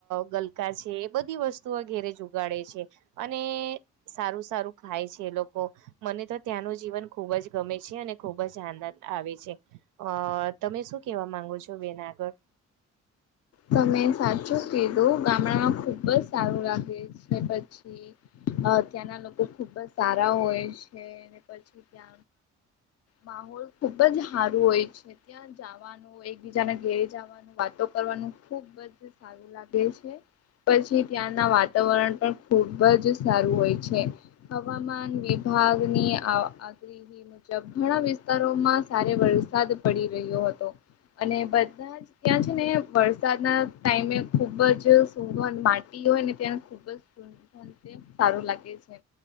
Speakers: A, on the right; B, on the left.
A: ગલકા છે એ બધી વસ્તુઓ ઘેરે જ ઉઘાડે છે. અને સારું સારું ખાય છે એ લોકો મને તો ત્યાંનું જીવન ખૂબ જ ગમે છે અને ખૂબ જ આનંદ આવે છે. અ તમે શું કેવા માંગો છો બેન આગળ
B: તમે સાચું કીધું ગામડામાં ખુબ જ સારું લાગે છે પછી ત્યાંના લોકો ખુબ જ સારા હોય છે અને પછી માહોલ ખુબ જ હારું હોય છે ત્યાં જાવાનું એકબીજાને ઘેરે જાવાનું વાતો કરવાનું ખુબ જ સારું લાગે છે. પછી ત્યાંના વાતાવરણ પણ ખુબ જ સારું હોય છે. હવામાન વિભાગની આ મુજબ ઘણા વિસ્તારોમાં સારે વરસાદ પડી રહ્યો હતો અને બધા ત્યાં છે ને વર્ષા સાદના ટાઈમે ખુબ જ સુગંધ માટી હોય ને ત્યાં ખૂબ જ સુ સારું લાગે છે.